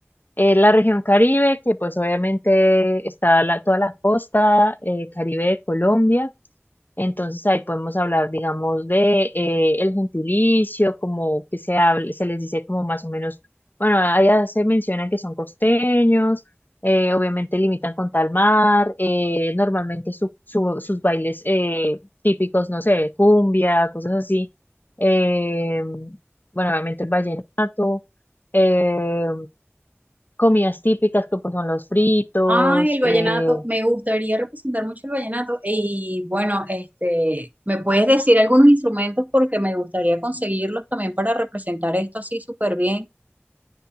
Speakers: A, on the left; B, on the right.
A: eh, la región Caribe, que pues obviamente está la- toda la costa, eh, Caribe de Colombia. Entonces ahí podemos hablar, digamos, de eh, el gentilicio, como que se hable- se les dice como más o menos, bueno, allá se menciona que son costeños, eh, obviamente limitan con tal mar, eh, normalmente su- su- sus bailes eh, típicos, no sé, cumbia, cosas así, eh, bueno, obviamente el vallenato, eh, comidas típicas que pues son los fritos,
B: Ay, el
A: eh,
B: vallenato, me gustaría representar mucho el vallenato y bueno, este, ¿me puedes decir algunos instrumentos porque me gustaría conseguirlos también para representar esto así súper bien?